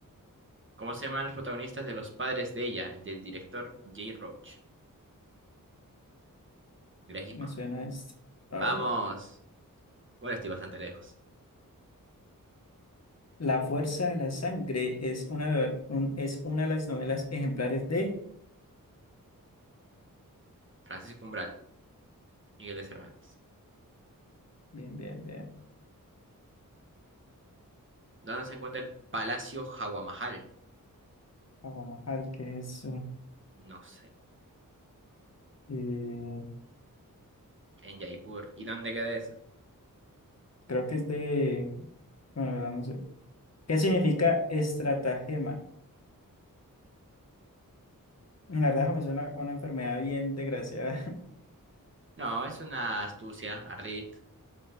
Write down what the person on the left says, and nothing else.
Me
suena esto. Ay.
La fuerza de la sangre es una, de- un- es una de las novelas ejemplares de.
Bien, bien, bien.
Aguamajal, ¿qué es eso?
Eh,
creo que es de. Bueno, la verdad no sé. ¿Qué significa estratagema? La verdad eso me suena a una enfermedad bien desgraciada. <laughs>